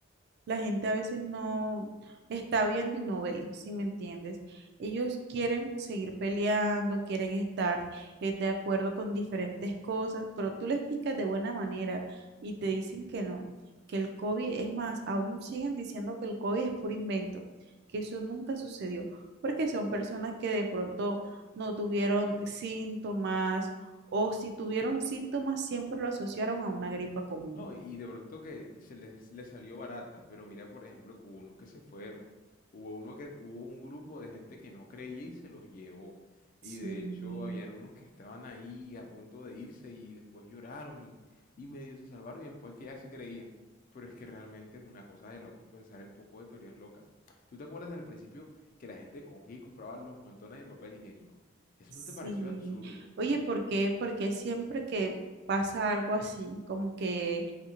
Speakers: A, on the right; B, on the left.
A: La gente a veces no está viendo y no ve, si me entiendes. Ellos quieren seguir peleando, quieren estar eh, de acuerdo con diferentes cosas, pero tú le explicas de buena manera y te dicen que no, que el COVID, es más, aún siguen diciendo que el COVID es puro invento, que eso nunca sucedió, porque son personas que de pronto no tuvieron síntomas o si tuvieron síntomas siempre lo asociaron a una gripa común.
B: No, y de pronto que se les, les salió barata, pero mira, por ejemplo, que hubo unos que se fueron. Hubo uno que, hubo un grupo de gente que no creía y se los llevó.
A: Sí.
B: Y de hecho, habían unos que estaban ahí a punto de irse y después lloraron y, y medio se salvaron y después que ya sí creían. Pero es que realmente es una cosa de locos pensar el poco de teorías locas. ¿Tú te acuerdas al principio que la gente cogía y compraba los montones de papel higiénico? ¿Eso
A: Sí.
B: no te pareció absurdo?
A: Oye, ¿por qué? Porque siempre que pasa algo así, como que,